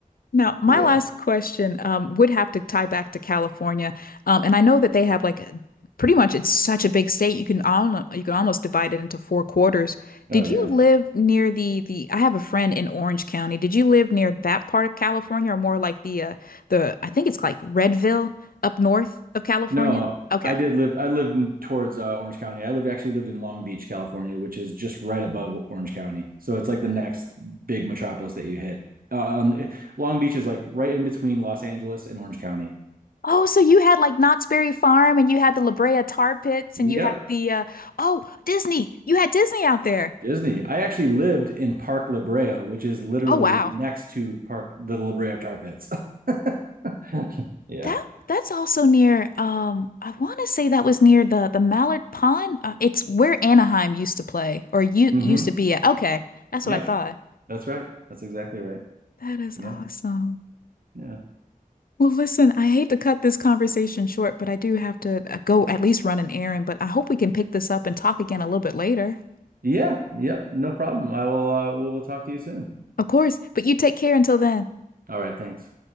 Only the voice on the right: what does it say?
it was,
oh
yeah.
No,
I did live. I lived in, towards uh, Orange County. I lived actually lived in Long Beach, California, which is just right above Orange County. So it's like the next big metropolis that you hit. Uh, um, Long Beach is like right in between Los Angeles and Orange County.
Yep,
Disney. I actually lived in Park La Brea, which is literally
next to Park the La Brea Tar Pits. <laughs> Yeah.
Mm-hmm.
Yep.
That's right. That's exactly right.
Yeah.
Yeah.
Yeah. Yep. No problem. I will. Uh, we'll talk to you soon.
All right. Thanks.